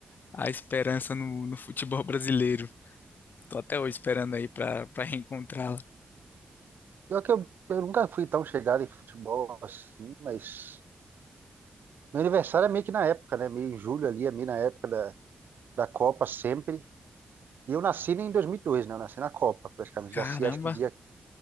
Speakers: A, on the left; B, on the right.
A: a esperança no, no futebol <laughs> brasileiro. Tô até hoje esperando aí para para reencontrá-la.
B: Pior que eu, eu nunca fui tão chegado em futebol assim, mas meu aniversário é meio que na época, né? Meio em julho ali, é meio na época da, da Copa sempre. E eu nasci em 2002, né? Eu nasci na Copa, praticamente.
A: Caramba,
B: Nasci, acho que dia.